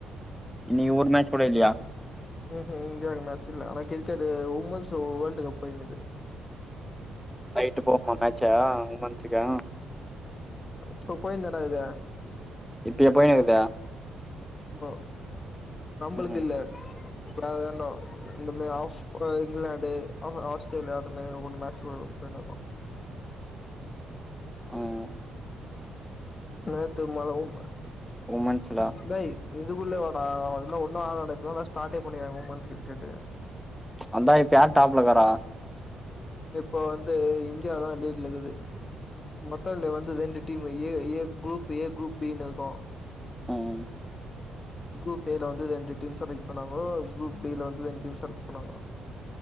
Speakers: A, in the centre; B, on the left (about 35°).
A: இனி ஊர் மேட்ச் கூட இல்லையா
B: ம் ஹும் இந்தியாவுக்கு மேட்ச் இல்ல ஆனா கிரிக்கெட் உமன்ஸ் வேர்ல்டு கப் போயிருங்கது
A: நைட்டு போமா மேட்சா உமன்ஸுகா
B: இப்ப போய்ந்தனா இத
A: இப்ப போயனுக்குதா
B: ஆமா நம்மளுக்கு
A: ம்
B: இல்ல இப்பசதர்னோ இந்த மாரி ஆஃப் இங்கிலாந்து ஆஸ்திரேலியா அந்த மாதி ஒரு மேட்சு <unintelligible>
A: அவ்
B: நேத்த மல உ பல
A: உமன்ஸ்ல
B: சிலை இதுக்குள்ளே வடா அதெல்லா ஒன்னு ஆகாட இப்ப தா ஷாட்டே பண்ணிருக்காங்க உமன்ஸ் க்ரிக்கெட்டு
A: அந்தா இப்ப யார் டாப்லக்காரா
B: இப்போ வந்து இந்தியா தா லீட் இருக்குது மொத்த இதுல வந்து ரெண்டு team A A group A group பினு இருக்கு
A: ம்
B: குரூப் ஏ ல வந்து ரெண்டு டீம் செலக்ட் பண்ணாங்கோ குரூப் பீல வந்து ரெண்டு டீம் செலக்ட் பண்ணாங்கோ